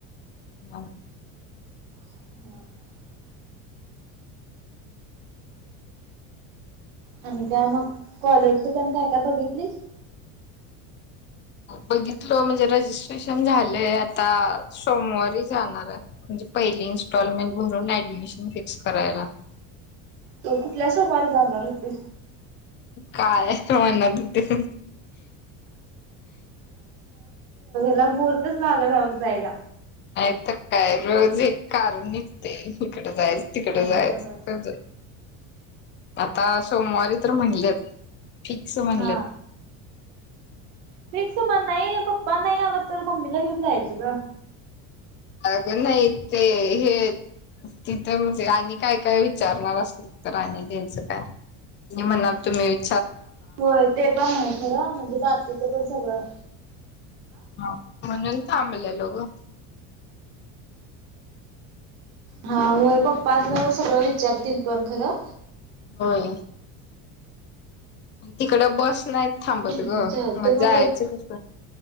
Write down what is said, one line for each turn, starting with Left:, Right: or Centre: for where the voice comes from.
Left: ह <unintelligible>
Right: हम् <unintelligible> आणि काय मग कॉलेजच त्यांण काय काय बघितलीस.
Left: बघितलं म्हणजे रजिस्ट्रेशन झालंय आता सोमवारी जाणार आहे. म्हणजे पहिली इन्स्टॉलमेंट भरून ऍडमिशन फिक्स करायला.
Right: तो कुठल्या सोमारे जाणार होती.
Left: काय म्हणण हो ते.
Right: ला महूर्तच लाग नाव जायला.
Left: नाही तर काय रोज एक कारण निघते इकड जायचं. तिकडे
Right: काय
Left: जायचज
Right: नव्हच.
Left: आता सोमवारी तर म्हटल. फिक्स म्हटलं.
Right: हा फिक्स मग नाही पप्पा नाही आला तर मम्मीला घेऊन जायचं ग.
Left: अग नाही ते हे. तिथं म्हणजे आणि काय काय विचारणार असल तर आणि घचं काय म्हण तुम्हीच
Right: होय ते पण आहे खरं म्हणजे बाकीचं पण सगळं
Left: हा म्हणजून थांबले लो
Right: हा हो पप्पा अस सगळं विचारतील पण खरं
Left: होय तिकड बस नाही थांबवत
Right: हम्म
Left: ग
Right: चालते
Left: मजा
Right: मग
Left: यायच कस